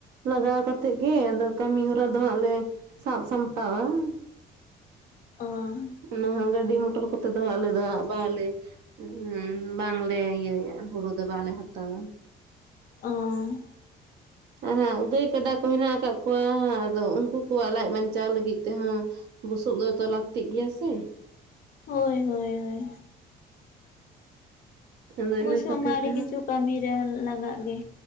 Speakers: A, on the right; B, on the left.
A: ᱞᱟᱜᱟᱣ ᱠᱟᱛᱮᱫ ᱜᱮ ᱟᱫᱚ ᱠᱟᱹᱢᱤ ᱦᱚᱨᱟ ᱫᱚ ᱦᱟᱸᱜ ᱞᱮ ᱥᱟᱵ ᱥᱟᱢᱴᱟᱣᱟ ᱾
B: ᱚᱻ
A: ᱚᱱᱟ ᱦᱟᱸᱜ ᱜᱟᱹᱰᱤ ᱢᱚᱴᱚᱨ ᱠᱚᱛᱮ ᱫᱚ ᱟᱞᱮ ᱫᱚ ᱦᱟᱸᱜ ᱵᱟᱞᱮ ᱦᱚᱸ ᱵᱟᱝ ᱞᱮ ᱤᱭᱟᱹᱭᱟ ᱦᱩᱲᱩ ᱫᱚ ᱵᱟᱞᱮ ᱦᱟᱛᱟᱣᱟ
B: ᱚᱸᱻ
A: ᱟᱨ ᱦᱟᱸᱜ ᱜᱟᱹᱭ ᱠᱟᱰᱟ ᱠᱚ ᱦᱮᱱᱟᱜ ᱟᱠᱟᱫ ᱠᱚᱣᱟ ᱟᱫᱚ ᱩᱱᱠᱩ ᱠᱚᱣᱟᱜ ᱞᱟᱡ ᱵᱟᱧᱪᱟᱣ ᱞᱟᱹᱜᱤᱫ ᱛᱮ ᱦᱚᱸ ᱵᱩᱥᱩᱵ ᱫᱚᱛᱚ ᱞᱟᱹᱠᱛᱤᱜ ᱜᱮᱭᱟ ᱥᱮ
B: ᱦᱳᱭ ᱦᱳᱭ ᱦᱳᱭᱼᱼ
A: ᱦᱮᱸ ᱟᱫᱚ ᱤᱱᱟᱹ
B: ᱵᱩᱥᱩᱵ
A: ᱠᱷᱟᱹᱛᱤᱨ
B: ᱢᱟ ᱟᱹᱰᱤ
A: ᱛᱮ
B: ᱠᱤᱪᱷᱩ
A: ᱦᱚᱸ
B: ᱠᱟᱹᱢᱤ ᱨᱮ ᱞᱟᱜᱟᱜ ᱜᱮᱼᱼ